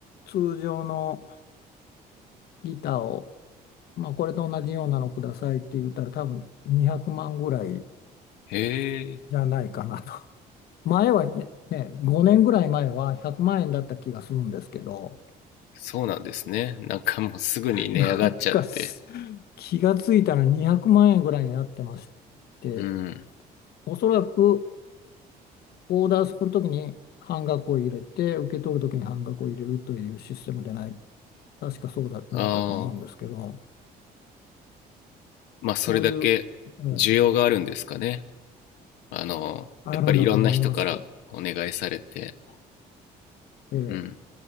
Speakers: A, on the left (about 70°); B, on the left (about 85°).
A: 通常のギターを、まあ、これと同じようなのくださいって言ったら多分200万ぐらい
B: へえ、
A: じゃないかなと。<laughs> 前はね、ね、5年ぐらい前は100万円だった気がするんですけど、
B: そうなんですね。なんかもうすぐに値上がっちゃって。
A: なんかす気がついたら200万円ぐらいになってまして、
B: うん。
A: おそらくオーダーするときに半額を入れて、受け取るときに半額を入れるというシステムでない、確かそうじゃないかと思うんですけど、
B: ああ、まあそれだけ需要があるんですかね。
A: そういう、ええ
B: あの、
A: あるんだと思います。
B: やっぱりいろんな人からお願いされて。
A: ええ
B: うん。